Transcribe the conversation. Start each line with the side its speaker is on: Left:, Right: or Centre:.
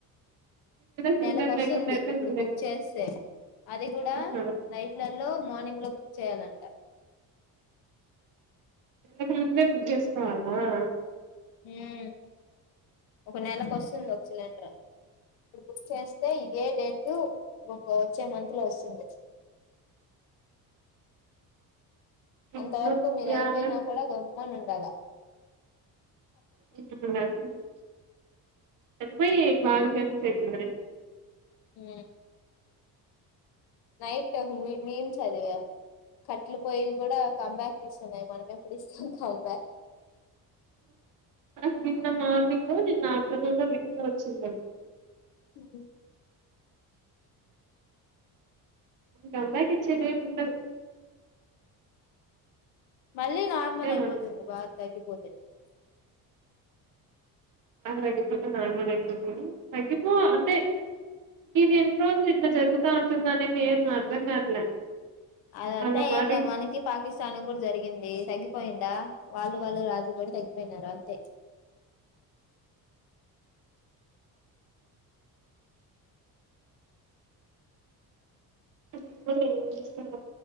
Right: సిలిండర్
Left: నెలక వస్తుంది
Right: లేకుండా అయితే
Left: ఇప్పుడు
Right: ఉండలేను
Left: బుక్ చేస్తే అది కూడా
Right: అన్నాడు
Left: నైట్లలో మార్నింగ్ లో బుక్ చేయాలంట
Right: ఇంతకు ముందే బుక్ జేసుకోవాలా
Left: హ్ ఒక నెలకు వోస్తుంది. ఒక సిలిండర్ ఇప్పుడు బుక్ చేస్తే ఇదే డేట్ ఇగా వచ్చే మంత్ లో వస్తుంది.
Right: అమ్మో
Left: అంత వరకు మీది
Right: యాడ
Left: అయిపోయినా కూడా గమ్మున ఉండాలా
Right: <unintelligible> పోయి బగ ఫేమస్ అయిపోయింది కదా
Left: హ్ నైట్ మీము చదివా కట్టలు పొయ్యలు కూడా కమ్బ్యాక్ ఇస్తున్నాయి. మనమేప్పుడు ఇస్తాం కం
Right: నాకు నిన్న మాట్లాడు నిన్ను నిన్న ఆఫ్టర్నూన్ రీల్లో వచ్చింది.
Left: ఉ
Right: గంగాకిచ్చేది ఎం ఉండదు.
Left: మళ్ళీ నార్మల్
Right: ఏమో
Left: అయిపోతుంది. వార్ తగ్గిపోతే
Right: అందరిదీ అయిపోతే మనది గూడ అయిపోతుంది. తగ్గిపోవ్ అంతే ఇది ఎన్ని రోజులు ఇట్లా జరుగుతా ఉంటుంది. అనీ ఏం అర్థం కావట్లే
Left: అదంతా
Right: వాళ్ళ పాటికి
Left: ఏం లేదు మనకి పాకిస్తాన్ కి కూడా జరిగింది. తగ్గిపోయింద వాళ్ళు వాళ్ళు రాజి పడి తగ్గిపోయినారు అంతే
Right: ఎవలు ఏమి ఇస్తారు